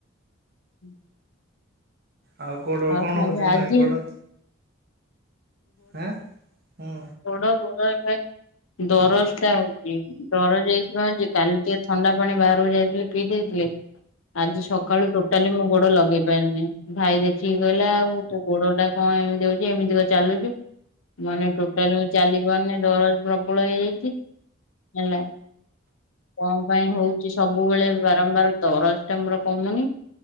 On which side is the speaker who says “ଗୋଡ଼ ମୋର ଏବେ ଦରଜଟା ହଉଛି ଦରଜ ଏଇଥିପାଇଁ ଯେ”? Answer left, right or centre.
Left